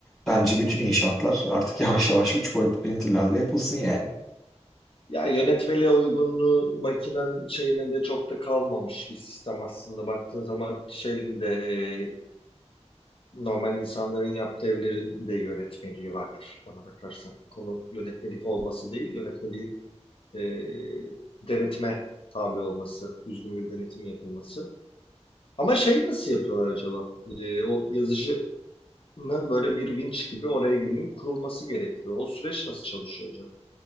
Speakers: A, in the centre; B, on the left.
A: bence bütün inşaatlar artık <laughs> yavaş yavaş 3 boyutlu printerlerle yapılsın yani.
B: Ya yönetmeliğe uygunluğu makinenin şeyine de çok da kalmamış bir sistem aslında. Baktığın zaman şeyin de e, normal insanların yaptığı evlerin de yönetmeliği var ona bakarsan. Konu yönetmelik olması değil, yönetmeliğin e, denetime tabi olması, düzgün bir denetim yapılması. Ama şey nasıl yapıyorlar acaba? E, o yazıcı böyle bir vinç gibi oraya gelinip kurulması gerekiyor. O süreç nasıl çalışıyor acaba?